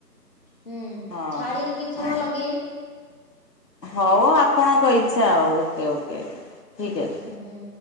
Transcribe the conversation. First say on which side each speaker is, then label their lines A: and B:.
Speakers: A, on the left (about 35°); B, on the left (about 75°).
A: ହୁଁ
B: ହଁ
A: ଛାଡିକି କିଛି ସମୟ
B: ହ
A: ଲଗେଇବି
B: ହଉ ଆଉ ଆପଣଙ୍କ ଇଚ୍ଛା ଆଉ ଓକେ ଓକେ ଠିକ୍ ଅଛି।
A: ହୁଁ ହୁଁ।